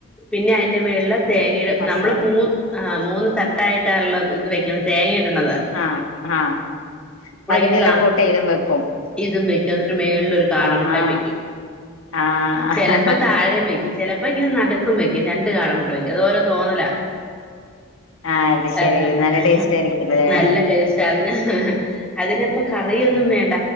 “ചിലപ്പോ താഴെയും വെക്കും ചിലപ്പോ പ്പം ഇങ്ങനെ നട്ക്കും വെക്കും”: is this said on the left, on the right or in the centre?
Centre